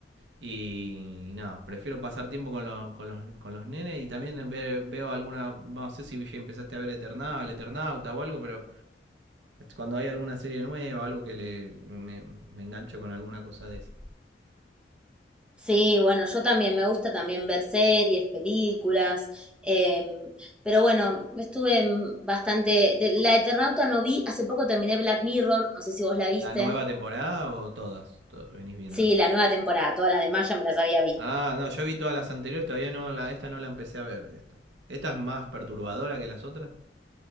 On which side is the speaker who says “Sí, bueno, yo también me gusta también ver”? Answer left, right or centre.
Centre